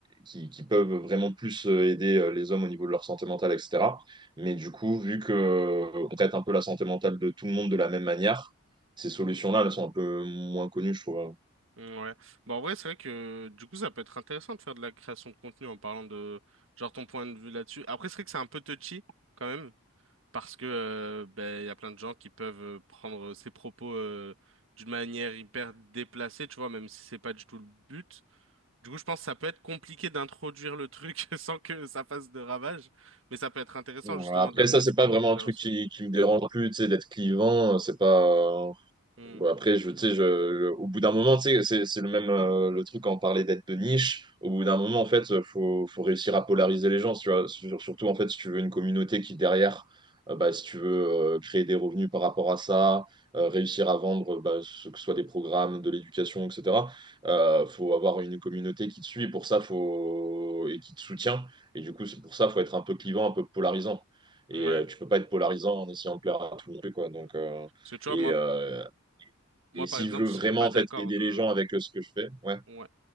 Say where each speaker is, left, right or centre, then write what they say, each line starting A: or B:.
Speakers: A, on the right (about 20°); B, on the right (about 60°).
A: qui, qui, peuvent vraiment plus euh, aider euh, les hommes au niveau de leur santé mentale, etc. Mais du coup, vu qu'on traite un peu la santé mentale de tout le monde de la même manière, ces solutions-là, elles sont un peu moins connues, je trouve.
B: mmh, Ouais. Bah en vrai, c'est vrai que du coup, ça peut être intéressant de faire de la création de contenu en parlant de genre ton point de vue là-dessus. Après, c'est vrai que c'est un peu touchy quand même. parce que euh, ben, il y a plein de gens qui peuvent euh, prendre euh, ses propos euh, d'une manière hyper déplacée, tu vois, même si c'est pas du tout le but. Du coup, je pense que ça peut être compliqué d'introduire le truc <laughs> sans que ça fasse de ravages, mais ça peut être intéressant
A: Bon,
B: justement
A: Après,
B: d'amener
A: ça, c'est
B: ce point
A: pas
B: de
A: vraiment
B: vue-là
A: un truc
B: aussi.
A: qui, qui me dérange plus, tu sais, d'être clivant, c'est pas
B: Hmm.
A: Bon, après, je, tu sais, je, je- au bout d'un moment, tu sais, c'est, c'est le même euh, le truc quand on parlait d'être de niche. Au bout d'un moment, en fait, euh, faut, faut réussir à polariser les gens. Tu vois, Sur- surtout, en fait, si tu veux une communauté qui, derrière, euh, bah, si tu veux euh, créer des revenus par rapport à ça, euh, réussir à vendre, euh, bah, ce que ce soit des programmes, de l'éducation, etc., euh, faut avoir une communauté qui te suit. Pour ça, faut... et qui te soutient. Et du coup, c'est pour ça, faut être un peu clivant, un peu polarisant. Et
B: Ouais.
A: euh, tu peux pas être polarisant en essayant de plaire à tout le monde, quoi. Donc,
B: Hmm.
A: euh,
B: Parce que tu
A: et,
B: vois, moi,
A: euh,
B: moi
A: et si
B: par exemple,
A: je veux
B: je
A: vraiment
B: serais pas
A: en
B: d'accord
A: fait aider
B: de.
A: les gens avec euh, ce que je fais, ouais.
B: Ouais.